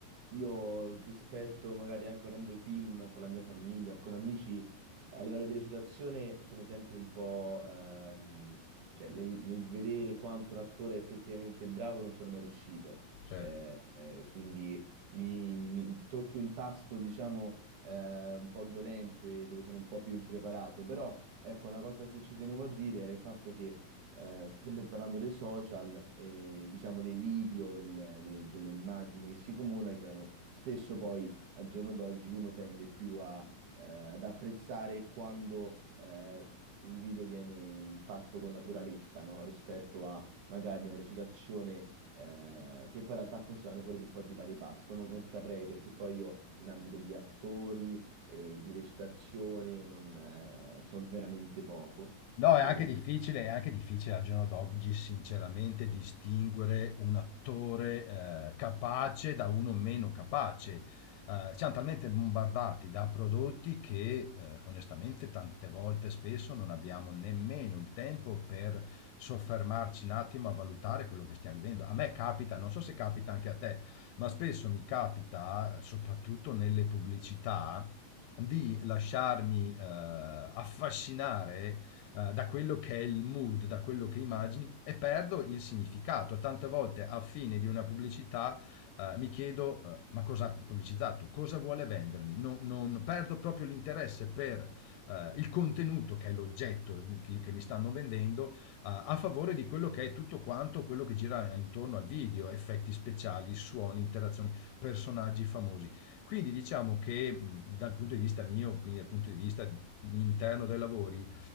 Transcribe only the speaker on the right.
io rispetto, magari anche guardando film con la mia famiglia o con amici, a livello di recitazione sono sempre un po', ehm, cioè nel, nel vedere quanto un attore è effettivamente bravo non sono mai riuscito.
Eh, eh, quindi mi, mi tocchi un tasto, diciamo, eh, un po' dolente, dove sono un po' più impreparato, però ecco, una cosa che ci tenevo a dire era il fatto che eh, sempre parlando dei social e diciamo dei video, del- de- delle immagini che si comunicano, spesso poi al giorno d'oggi uno tende più a, eh, ad apprezzare quando eh, un video viene mh, fatto con naturalezza, no? Rispetto a magari una recitazione eh, che poi in realtà forse vanno pure di un po' di pari passo, non, non saprei perché poi io in ambito di attori e di recitazione non eh, so veramente poco.
Mm. E,